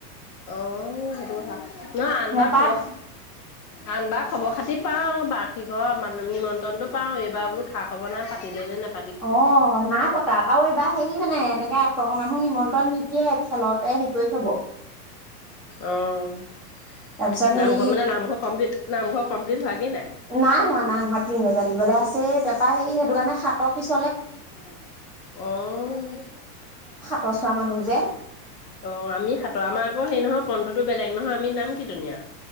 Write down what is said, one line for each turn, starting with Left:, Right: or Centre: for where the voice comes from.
Left: অ' সেইটো কথা নহয়, আনবাৰ
Centre: নেপাত
Left: খবৰ, আনবাৰ খবৰ-খাতি পাও, বাৰ্ষিকৰ নিমন্ত্ৰণটো পাও, এইবাৰ বোলো খা- খবৰ নাই পাতিলে নে নাপাতি
Centre: অ' নাই পতা আৰু এইবাৰ হেৰি নাই এনেকে তলৰ মানুহ নিমন্ত্ৰণ নিদিয়ে, খেলতে হেৰি কৰি থব ।
Left: অহ।
Centre: তাৰপিছত হেৰি
Left: নামঘৰ মানে নামঘৰ কমপ্লিট নামঘৰ। কমপ্লিট হোৱাগেই
Centre: নাই হোৱা, নাই হোৱা, টিং গজালিবলৈ আছে । সেই তাৰপা হেৰি সেইটো কাৰণে সাতৰ পিছত
Left: অহ।
Centre: প্ৰচোৱা মানুহ যে
Left: অ'আমি সাতৰ আমাৰ আকৌ হেৰি মই নহয় পন্থটো বেলেগ নহয় আমি আকৌ নাম কিৰ্ত্তনিয়া